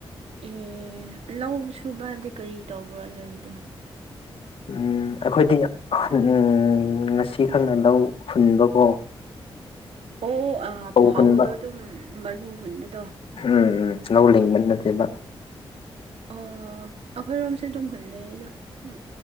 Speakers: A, on the right; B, on the left.
A: ꯑꯦ ꯂ ꯁꯨꯕ ꯍꯥꯏꯕꯗꯤ ꯀꯔꯤ ꯇꯧꯕ꯭ꯔꯣ ꯅꯣꯏꯒꯤꯗꯣ
B: ꯎꯝ ꯑꯩꯈꯣꯏꯗꯤ ꯎ ꯉꯁꯤꯈꯛꯅ ꯂꯧ ꯍꯨꯟꯕꯀꯣ
A: ꯑꯣ
B: ꯐꯧ
A: ꯐꯥꯎꯗꯣ
B: ꯍꯨꯟꯕ
A: ꯑꯗꯨꯝ ꯃꯔꯨ ꯍꯨꯟꯕꯗꯣ
B: ꯎꯝ ꯎꯝ ꯂꯧꯧ ꯂꯤꯡꯕ ꯅꯠꯇꯦꯕ
A: ꯑꯣ ꯑꯩꯈꯣꯏꯔꯣꯝꯁꯦ ꯑꯗꯨꯝ ꯍꯨꯟꯅꯩꯗ ꯎꯝ